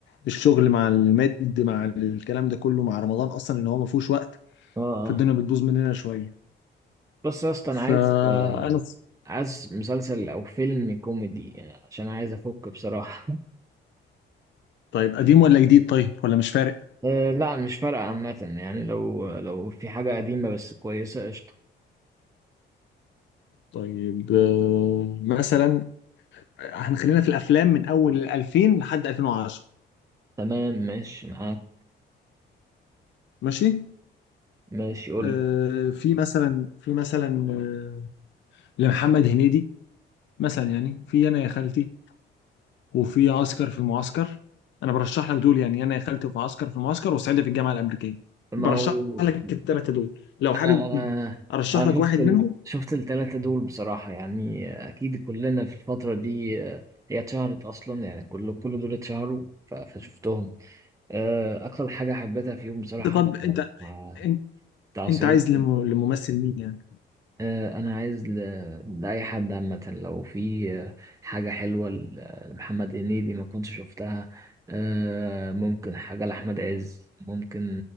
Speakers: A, on the left; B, on the right.
A: الشغل مع المد مع الكلام ده كله مع رمضان اصلا ان هو ما فيهوش وقت
B: أه
A: فالدنيا
B: أه
A: بتبوظ مننا شويه
B: بص يا اسطى
A: فانا
B: أنا عايز آه، عايز مسلسل أو فيلم كوميدي يعني عشان عايز أفك بصراحة
A: طيب قديم ولا جديد طيب ولا مش فارق
B: أه لا مش فارقة عامة يعني لو لو في حاجة قديمة بس كويسة قشطة
A: طيب آه، مثلا هنخلينا في الافلام من اول 2000 لحد 2010
B: تمام ماشي معاك
A: ماشي
B: ماشي قول
A: آه،
B: لي.
A: في مثلا في مثلا آه، لمحمد هنيدي مثلا يعني في انا يا خالتي وفي عسكر في المعسكر انا برشح لك دول يعني انا يا خالتي وفي عسكر في المعسكر وصعيدي في الجامعه الامريكيه
B: ما
A: برشح
B: هو
A: لك الثلاثه دول لو
B: انا
A: حابب
B: انا
A: ارشح
B: انا
A: لك
B: شفت
A: واحد
B: ال...
A: منهم
B: شفت الثلاثه دول بصراحه يعني اكيد كلنا في الفتره دي آه، هي اتشهرت اصلا يعني كل كل دول اتشهروا ف... فشفتهم آه، اكتر حاجه حبيتها فيهم بصراحه
A: انت طب انت
B: آه،
A: انت,
B: بتاع
A: انت
B: صعيدي
A: عايز لم- لممثل مين يعني
B: آه، انا عايز ل- لاي حد عامه لو في آه، حاجه حلوه ل- لمحمد هنيدي ما كنتش شفتها آه، ممكن حاجه لاحمد عز ممكن